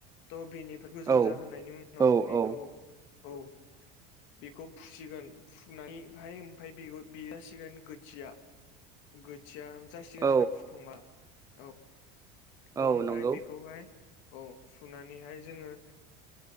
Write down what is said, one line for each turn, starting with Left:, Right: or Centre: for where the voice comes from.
Left: थ' बिनिफ्राय गोजौ
Right: औ
Left: जाहोनायनि
Right: औ
Left: उनाव
Right: औ
Left: बेखौ
Right: औ
Left: औ। बेखौ फुसिगोन फुनानैहाय ओमफ्राय बेगुद बे जासिगोन गोथिया गोथिया जासिगोन
Right: औ
Left: आरो फुखांबा औ त'
Right: औ
Left: ओमफ्राय
Right: नंगौ
Left: बेखौहाय औ फुनानैहाय जोङो